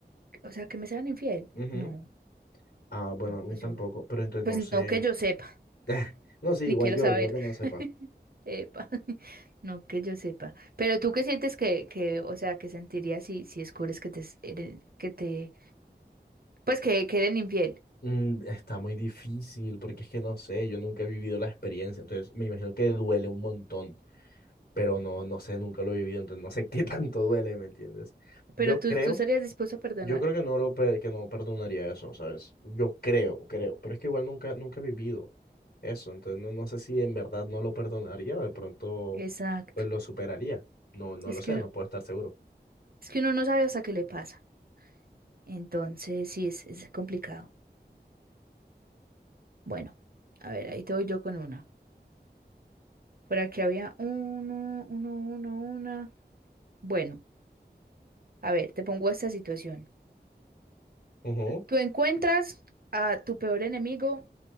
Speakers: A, on the right; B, on the left.
A: O sea, que me sean infiel.
B: Ujú.
A: No,
B: Ah, bueno,
A: no,
B: a mí
A: pues
B: tampoco,
A: yo,
B: pero entonces
A: pues
B: no sé.
A: no que yo sepa,
B: <laughs> No sé,
A: ni
B: igual
A: quiero
B: yo,
A: saber.
B: yo que no sepa.
A: <laughs> Epa, <laughs> no que yo sepa. Pero tú qué sientes que, que, o sea, que sentirías si, si descubres que te, s- eres- que te, pues que, que eres infiel.
B: Mm, está muy difícil porque es que no sé, yo nunca he vivido la experiencia, entonces me imagino que duele un montón, pero no, no sé, nunca lo he vivido, entonces no sé qué <laughs> tanto duele, ¿me entiendes?
A: Pero
B: Yo
A: tú,
B: creo,
A: tú estarías dispuesto a perdonar.
B: yo creo que no lo pe- que no perdonaría eso, ¿sabes? Yo creo, creo, pero es que igual nunca, nunca he vivido eso, entonces no, no sé si en verdad no lo perdonaría o de pronto
A: Exacto.
B: pues lo superaría, no, no
A: Es
B: lo sé,
A: que uno,
B: no puedo estar seguro.
A: es que uno no sabe hasta qué le pasa. Entonces, sí, es, es complicado. Bueno, a ver, ahí te voy yo con una. Por aquí había uno, uno, uno, una. Bueno, a ver, te pongo esta situación.
B: Ujú,
A: Tú encuentras a tu peor enemigo